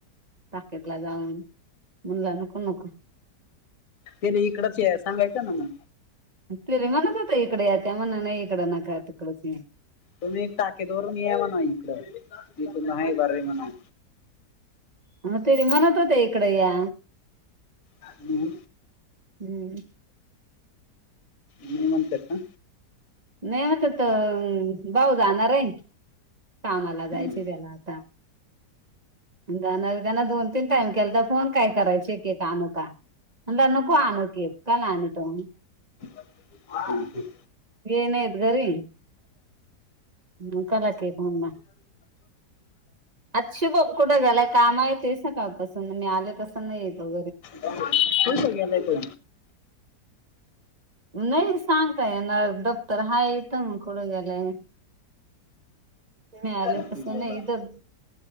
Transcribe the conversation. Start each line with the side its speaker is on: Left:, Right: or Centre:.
Right: ताकीतला जाऊन. मनला नको नको.
Left: तेला इकडच याय सांगायचं ना मग.
Right: तिले म्हणत होतो इकडे या्, त्या म्हण नाही इकडे नका तीकडंच या.
Left: तुम्ही टाकेदरून या म्हणाव इकडं, इथून हाय बरळी म्हणव.
Right: अ त्यांनी म्हणत होते इकड या,
Left: हम्म.
Right: हम्म.
Left: मी म्हणतात ना?
Right: नाही म्हणत्यात भाऊ जाणार हाय. कामाला जायचय
Left: हम्म.
Right: त्याला आता. जाणार त्यांना दोन तीन टाइम केलता फोन. काय करायचे केक आणू का? म्हणलं नको आणू केक, कायला आणितो.
Left: हम्म हम्म.
Right: हे नईत घरी. मग कला केक म्हणला. आज शिभम कुठे गेलाय काम हायती सकाळ पासण? मी आले कसं नाहीं येतों
Left: तंसा आलां आहे तो
Right: नाहीं सांगतां येणारं दफ्तर हां येतं मंग कुठं गेलायं नाहीं आले
Left: कुठं
Right: तंस नाहीं
Left: गेला
Right: इदं